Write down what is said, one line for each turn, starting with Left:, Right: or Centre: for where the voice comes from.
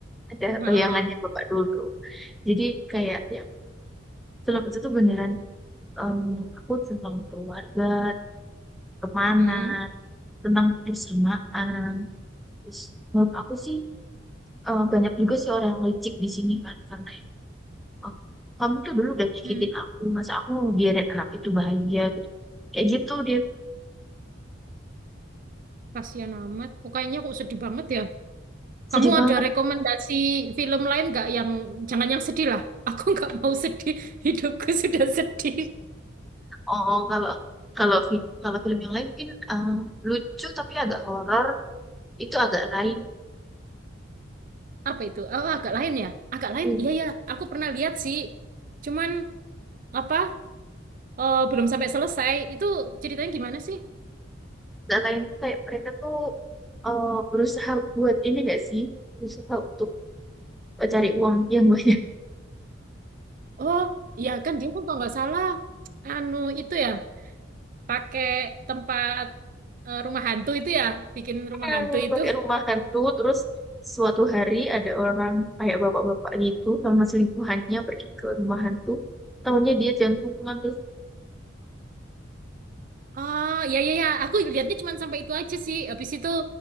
Centre: ada
Right: Heeh.
Centre: bayangannya Bapak Dodo jadi kayak ya film itu tuh beneran em, aku tentang keluarga pertemanan
Right: Mm-mm.
Centre: tentang persamaan terus menurut aku sih eh, banyak juga sih orang yang licik di sini kan karena ya, oh, kamu tuh dulu udah nyakitin
Right: Mm.
Centre: aku masa aku mau biarin anak itu bahagia gitu kayak gitu dia
Right: Kasihan amat. Kok kayaknya kok sedih banget ya. Kamu
Centre: sedih banget
Right: ada rekomendasi film lain nggak yang jangan yang sedih lah. Aku nggak mau sedih. <laughs> Hidupku sudah sedih.
Centre: Oh, oh, kalau kalau film kalau film yang lain mungkin eh, lucu tapi agak horor itu agak lain.
Right: apa itu? Oh, agak lain ya? Agak lain.
Centre: Ini
Right: Iya ya, aku pernah lihat sih. Cuman apa? eh, belum sampai selesai. Itu ceritanya gimana sih?
Centre: agak lain tuh kayak mereka tuh eh, berusaha buat ini gak sih? Berusaha untuk cari uang yang banyak
Right: Oh, iya kan dia kan kalau nggak salah anu itu ya, pakai tempat eh, rumah hantu itu ya, bikin
Centre: <laughs>
Right: rumah hantu itu.
Centre: pakai rumah hantu. Terus suatu hari ada orang kayak bapak-bapak gitu sama selingkuhannya pergi ke rumah hantu. Tahunya dia jantungan terus
Right: Oh, iya iya ya, aku lihatnya cuman sampai itu aja sih. Habis itu